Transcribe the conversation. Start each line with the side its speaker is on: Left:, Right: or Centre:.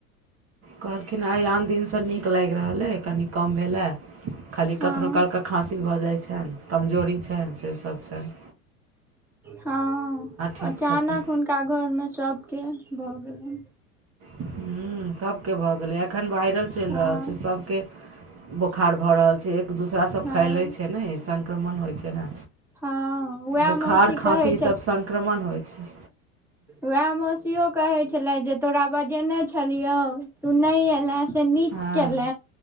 Right: कहलखिन आइ आन दिन सँ नीक लागि रहल अइ कऽनिक कम भेलै या खाली
Centre: हँ
Right: कखनहु काल‌ के खाँसी भऽ जाइ छनि कमजोरी छैन से सभ छैन
Centre: हाँ
Right: ठीक
Centre: अचानक
Right: छथिन
Centre: टा घर में सभके भऽ गेलनि
Right: हुँ सभके भऽ गेलै एखन वायरल चलि
Centre: हँ
Right: रहल छै सभ के बोखार भऽ रहल छै एक दूसरासँ
Centre: हँ
Right: फैलैत छै ने संक्रमण होइत छै ने
Centre: हँ उएह
Right: बोखार
Centre: मौसी
Right: खाँसी
Centre: कहै
Right: ई सभ संक्रमण होइ छै
Centre: वएह मौासियो कहै छलथि जे तोरा बजेने छलियौ तू नहि एले से नीक
Right: हँ
Centre: केले